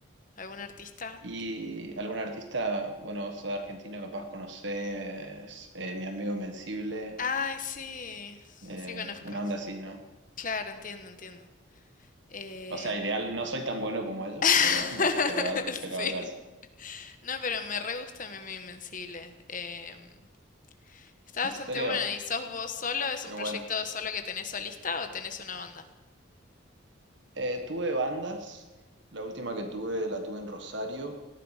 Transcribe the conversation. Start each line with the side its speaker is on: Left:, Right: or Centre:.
Left: ¿Algún artista?
Right: Y algún artista, bueno, vos sos de Argentina, capaz conocés eh, Mi Amigo Invencible,
Left: Ay, sí.
Right: eh,
Left: Sí conozco.
Right: una onda así, ¿no?
Left: Claro, entiendo, entiendo. Eh,
Right: O sea, ideal, no soy tan bueno como ellos,
Left: <laughs>
Right: pero, <laughs> me- pero, algo, pero algo
Left: Sí.
Right: así.
Left: No, pero me re gusta mi amigo Invencible. Em, está bastante
Right: En serio,
Left: bueno. ¿Y sos vos solo? ¿Es
Right: qué
Left: un proyecto
Right: bueno.
Left: solo que tenés solista o tenés una banda?
Right: Eh, tuve bandas, la última que tuve la tuve en Rosario,